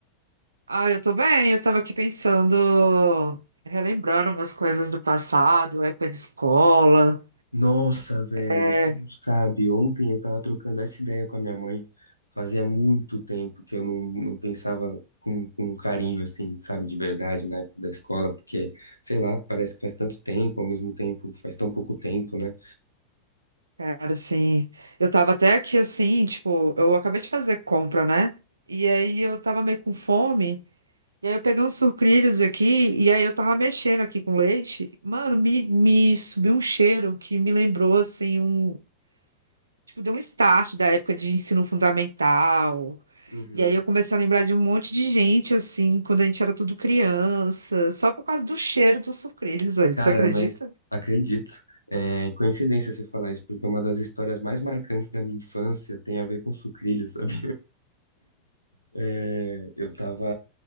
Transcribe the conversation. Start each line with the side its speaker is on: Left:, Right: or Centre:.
Right: Ah, eu tô bem, eu tava aqui pensando, relembrando umas coisas do passado, época de escola.
Left: Nossa, velho,
Right: É,
Left: você não sabe. Ontem eu tava trocando essa ideia com a minha mãe. Fazia muito tempo que eu não, não pensava com, com um carinho, assim, sabe, de verdade, na época da escola, porque, sei lá, parece que faz tanto tempo, ao mesmo tempo, faz tão pouco tempo, né?
Right: cara, assim, eu tava até aqui assim, tipo, eu acabei de fazer compra, né? E aí eu tava meio com fome, e aí eu peguei uns sucrilhos aqui, e aí eu tava mexendo aqui com leite. Mano, me, me subiu um cheiro que me lembrou, assim, um. Tipo, deu um start da época de ensino fundamental
Left: Uhum.
Right: E aí eu comecei a lembrar de um monte de gente, assim, quando a gente era tudo criança, só por causa do cheiro dos sucrilhos, velho.
Left: Cara,
Right: Você acredita?
Left: mas acredito. É coincidência você falar isso, porque uma das histórias mais marcantes da minha infância tem a ver com sucrilhos, <laughs> sabe? É, eu tava,